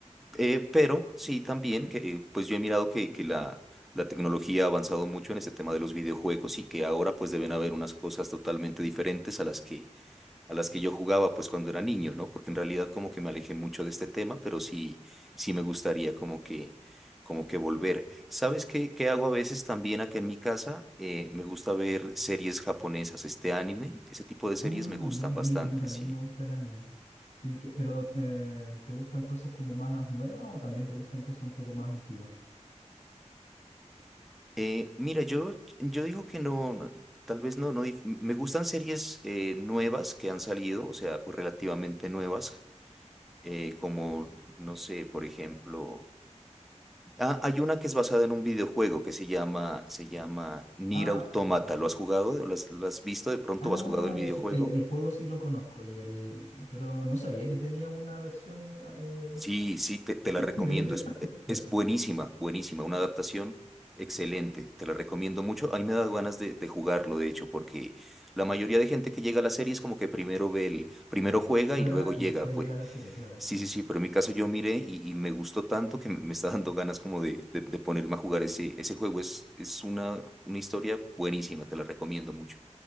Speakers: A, in the centre; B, on the left.
A: Eh, pero sí también que eh, pues yo he mirado que, que la, la tecnología ha avanzado mucho en este tema de los videojuegos y que ahora pues deben haber unas cosas totalmente diferentes a las que a las que yo jugaba pues cuando era niño, ¿no? Porque en realidad como que me alejé mucho de este tema, pero sí sí me gustaría como que como que volver. ¿Sabes qué, qué hago a veces también acá en mi casa? Eh, me gusta ver series japonesas, este anime, ese tipo de series
B: Ah,
A: me gustan
B: ya, a
A: bastante,
B: mí, a mí también
A: sí.
B: me gusta el anime. Sí, que, pero eh, ¿te gustan cosas como más nuevas o también te gustan cosas un poco más antiguas?
A: Eh, mira, yo, yo digo que no, no, tal vez no, no, dif- me gustan series eh, nuevas que han salido, o sea, pues relativamente nuevas, eh, como, no sé, por ejemplo, ah, hay una que es basada en un videojuego que se llama, se llama Nier
B: Ah,
A: Automata, ¿lo has jugado? ¿Lo has, lo has visto de pronto?
B: ah,
A: ¿O ¿Has jugado el videojuego?
B: ya sé, el, el juego sí lo conozco y el, pero no sabía que tenía una versión eh,
A: Sí, sí, te, te
B: <laughs>
A: la recomiendo.
B: de anime.
A: Es,
B: <coughs>
A: eh,
B: Perdón.
A: es buenísima, buenísima. Una adaptación excelente. Te la recomiendo mucho. A mí me da ganas de, de jugarlo, de hecho, porque la mayoría de gente que llega a la serie es como que primero ve el, primero juega
B: Juega
A: y luego
B: y
A: llega.
B: después
A: Pues
B: llega la serie, claro.
A: sí, sí, sí, pero en mi caso yo miré y, y me gustó tanto que me, me está dando ganas como de, de- de ponerme a jugar ese, ese juego. Es, es una, una historia buenísima, te la recomiendo mucho.